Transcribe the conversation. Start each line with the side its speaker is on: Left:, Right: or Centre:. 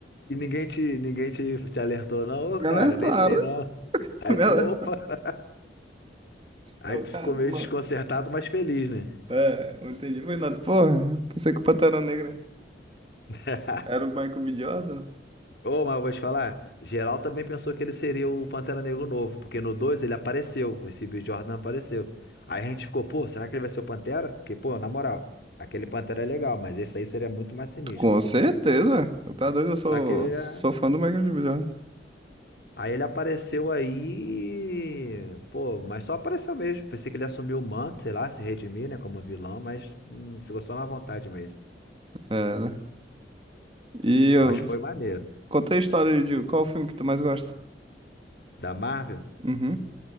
Left: E ninguém te, ninguém te, te alertou, não, ô
Right: Me
Left: cara,
Right: alertaram.
Left: nem isso aí não.
Right: <laughs>
Left: Aí
Right: Ela
Left: tu, opa!
Right: tá.
Left: Aí
Right: Eu,
Left: tu ficou
Right: cara,
Left: meio
Right: uma...
Left: desconcertado, mas feliz, né?
Right: É, não entendi, foi nada. Porra, pensei que o Pantera Negra
Left: <laughs>
Right: era o Michael B. Jordan.
Left: Ô, mas eu vou te falar, geral também pensou que ele seria o Pantera Negro novo, porque no 2 ele apareceu, esse Bill Jordan apareceu. Aí a gente ficou, pô, será que ele vai ser o Pantera? Porque, pô, na moral, aquele Pantera é legal, mas esse aí seria muito mais sinistro.
Right: Com certeza. Eu tá doido, eu sou,
Left: Só que é,
Right: sou fã do Michael B. Jordan.
Left: Aí ele apareceu aí, pô, mas só apareceu mesmo. Pensei que ele assumiu o manto, sei lá, se redimir, né, como vilão, mas hum, ficou só na vontade mesmo.
Right: É, né? E eu
Left: Mas foi maneiro.
Right: contei a história de qual o filme que tu mais gosta.
Left: Da Marvel?
Right: Uhum.